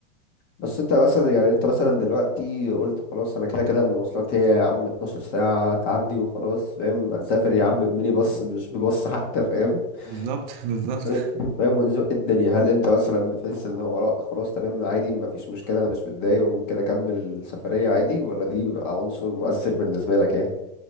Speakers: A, on the left; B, on the right.
A: بس انت مثلا يعني انت مثلا دلوقتي قلت خلاص انا كده كده المواصلات هي يا عم 12 ساعة تعدي وخلاص فاهم هنسافر يا
B: امم
A: عم بميني باص مش بباص حتى فاهم
B: بالظبط <laughs> بالظبط
A: <laughs> فاهم ونزق الدنيا هل انت مثلا بتحس ان هو لأ خلاص تمام عادي ما فيش مشكلة انا مش متضايق وممكن اكمل السفرية عادي ولا دي بيبقى عنصر مؤثر بالنسبة لك يعني